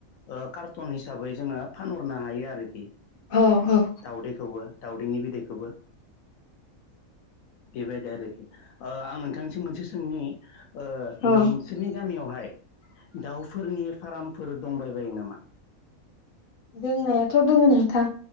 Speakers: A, on the left (about 75°); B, on the left (about 45°).
A: ओ कार्टन हिसाबै हिसाबै जोङो फानहरनो हायो आरोखि
B: औ औ
A: दाउदैखौबो दाउदैनि बिदैखौबो बेबायदि आरोखि ओ आं नोंथांनिसम मोनसे सोंनि ओ
B: औ
A: नोंसोरनि गामियावहाय दाउफोरनि फार्मफोर दंबाय बायो नामा
B: दोंनायाथ दोङ नोंथां